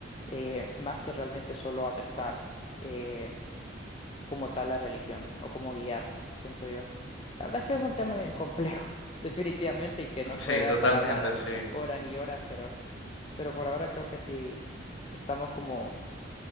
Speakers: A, on the left (about 30°); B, on the left (about 90°).
A: eh, más que realmente solo aceptar eh, como tal la religión o como guiar, siento yo. La verdad es que es un tema bien complejo, <laughs> definitivamente, y que nos
B: Sí,
A: puede dar
B: totalmente,
A: para hablar
B: sí.
A: horas y horas, pero, pero por ahora creo que sí estamos como